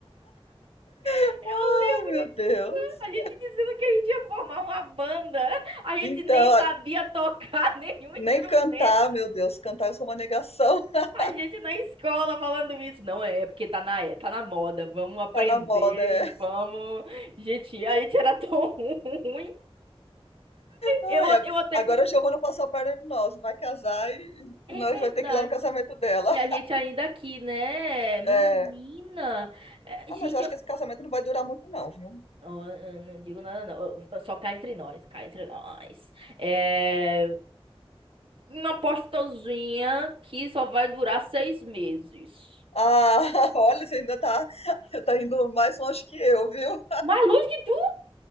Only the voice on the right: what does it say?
lembro.
A gente dizendo que a gente ia formar uma banda, a gente
nem sabia
tocar <laughs> nenhum instrumento.
A gente na escola falando isso. Não é, é porque tá na, é, tá na moda. Vamos aprender
e vamos. Gente, a gente era tão <laughs> ruim.
Eu,
eu até.
Com...
É
verdade.
E a gente ainda aqui, né? Menina.
É,
gente,
eu...
ó, eu não digo nada, não. Ó, Só cá entre nós, cá entre nós. É, Uma apostazinha que só vai durar seis meses.
Mais longe que tu?